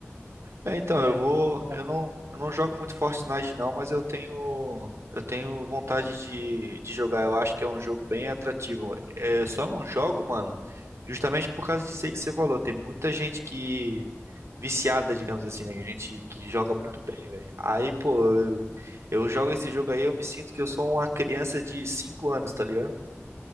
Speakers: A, on the right; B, on the right.
A: É, então,
B: Mas
A: eu vou.
B: é,
A: Eu não, eu não jogo muito Fortnite, não, mas eu tenho. Eu tenho vontade de, de jogar. Eu acho que é um jogo bem atrativo. É, eu só não jogo, mano, justamente por causa disso aí que você falou. Tem muita gente que. Viciada, digamos assim, né? Gente que joga muito
B: é.
A: bem, velho. Aí, pô, eu, eu jogo esse jogo aí, eu me sinto que eu sou uma criança de 5 anos, tá ligado?